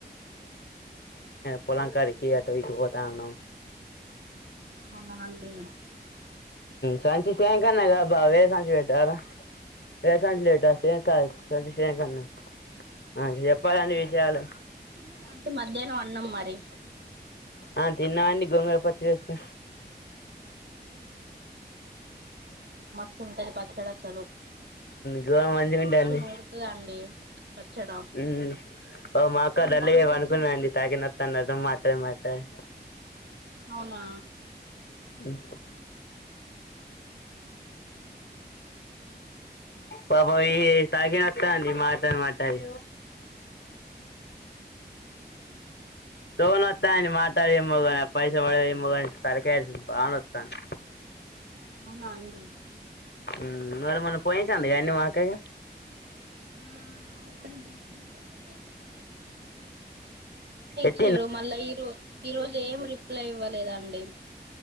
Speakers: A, on the left (about 80°); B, on the right (about 80°).
A: పొలం కాడకి ఆటో ఏటో కణం
B: అవునా అండి
A: సంచి సం కన్నాబా వేర సంచి పెట్టారా <unintelligible> చెప్పాలండి విష్యాలు
B: తిన్నారా అండి మధ్యాహ్నం అన్నాం మరి
A: ఆ తిన్నామండి గోంగూర పచ్చడీ వేసుకు
B: సూపర్ ఉంటది పచ్చడసాలు
A: గోవా మంచిగా ఉంటుంది
B: నూరుతదండి పచ్చడా
A: హ్మ్మ్ ఓ మా అక్క
B: తింటా
A: దండిగా
B: అంటే
A: పడుకొంది
B: తినబుద్ధి
A: అండి
B: అయితది
A: తలకాయ్ నోతాండి అట మాట్లాడి మాట్లాడి
B: అవునా
A: హ్మ్ పాపయి తలకాయ్ నొస్తాంది మాట్లాడి మాట్లాడి చెవు నోతాంది మాట్లాడి ఏమోగ పైస పడ ఏమోగ అప్పటి నుంచి తలకాయ్ బా నోతాంది
B: <inaudible> అవునా అండి
A: హ్మ్ మనం పోయిన సంధి గానే వకగా
B: ఆ అవునండి అంటే మెసేజ్ కూడా
A: ఎట్
B: చిరు మళ్ళీ ఈ రో ఈ రోజు ఏం రిప్లై ఇవ్వలేదండి